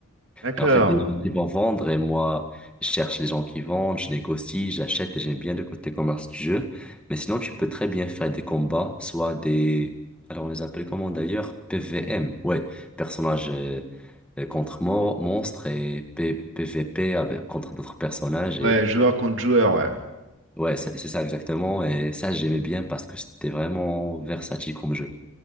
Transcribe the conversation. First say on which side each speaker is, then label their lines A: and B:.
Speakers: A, on the right; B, in the centre.
A: D'accord.
B: Et en fait, les gens qui vont vendre, et moi, je cherche les gens qui vendent, je négocie, j'achète, et j'aime bien le côté commerce du jeu. Mais sinon, tu peux très bien faire des combats, soit des, alors on les appelle comment d'ailleurs? PVM, ouais, personnage euh, euh, contre mo- monstre et P- PVP avec, contre d'autres personnages
A: Ouais, joueur contre joueur, ouais.
B: Ouais, c'est c'est ça exactement. Et ça, j'aimais bien parce que c'était vraiment versatile comme jeu.